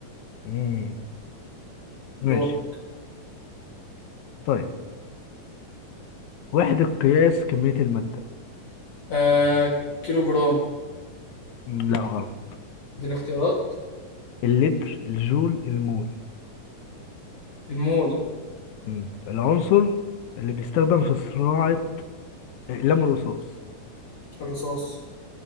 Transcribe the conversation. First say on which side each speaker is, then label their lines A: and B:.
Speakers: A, on the left; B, on the left.
A: مم. ماشي
B: دور
A: طيب وحدة قياس كمية المادة
B: آه كيلو جرام
A: مم، لا غلط
B: اديني اختيارات
A: اللتر الجول المول
B: المول
A: مم. العنصر اللي بيستخدم في صناعة أقلام الرصاص
B: الرصاص